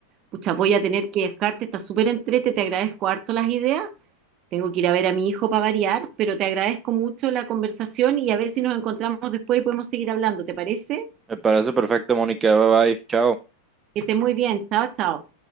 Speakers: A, on the right (about 35°); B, on the right (about 20°).
A: Pucha, voy a tener que dejarte, está súper entrete, te agradezco harto las ideas. Tengo que ir a ver a mi hijo para variar, pero te agradezco mucho la conversación y a ver si nos encontramos después y podemos seguir hablando, ¿te parece?
B: Me parece perfecto, Mónica. Bye bye. Chao.
A: Que estés muy bien, chao, chao.